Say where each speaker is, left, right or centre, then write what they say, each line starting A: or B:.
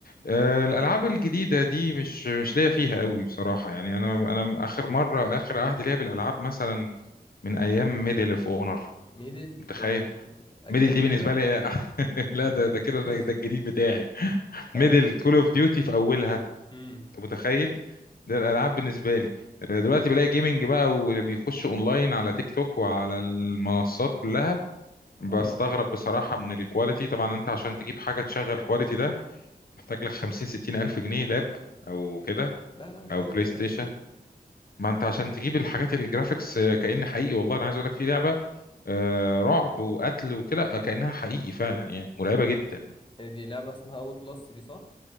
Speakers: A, on the left; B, on the left.
A: آه، الالعاب الجديده دي مش مش ليا فيها قوي بصراحه يعني انا انا اخر مره اخر عهد ليا بالالعاب مثلا من ايام ميدل اوف اونر
B: ميدل
A: متخيل
B: إيه، قديم
A: ميدل
B: قوي
A: دي بالنسبه
B: كده
A: لي أح- <laughs> لا ده ده كده ده
B: <laughs>
A: ده الجديد بتاعي
B: اه
A: ميدل كول اوف ديوتي في اولها
B: امم
A: انت متخيل ده الالعاب بالنسبه لي آه، دلوقتي بلاقي جيمنج بقى واللي بيخش اونلاين على تيك توك وعلى المنصات كلها بستغرب
B: اه
A: بصراحه من الكواليتي طبعا انت عشان تجيب حاجه تشغل الكواليتي ده محتاج لك 50 60 الف جنيه لاب او كده
B: لا لا مش
A: او
B: قوي
A: بلاي
B: كده
A: ستيشن ما انت عشان تجيب الحاجات الجرافيكس آه، كأن حقيقي والله انا عايز اقول لك في لعبه آه، رعب وقتل وكده آه، كأنها حقيقي فعلا يعني مرعبه جدا
B: <laughs> دي لعبة اسمها اوت لاست دي صح